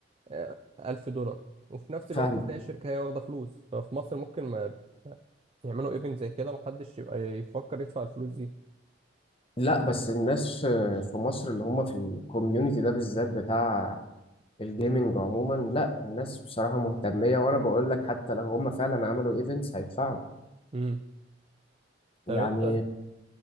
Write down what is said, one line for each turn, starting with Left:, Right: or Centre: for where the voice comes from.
Right: آه، 1000 دولار وفي نفس
Left: فاهمك
Right: الوقت تلاقي الشركه هي واخده فلوس ففي مصر ممكن ما ما يعملوا ايفنت زي كده محدش يبقى يفكر يدفع الفلوس دي
Left: لا بس الناس آه، في مصر اللي هم في الكوميونتي ده بالذات بتاع الجيمنج عموما لا الناس بصراحة مهتمية وانا بقول لك حتى لو هم فعلا عملوا ايفنتس هيدفعوا
Right: امم طب
Left: يعني
Right: انت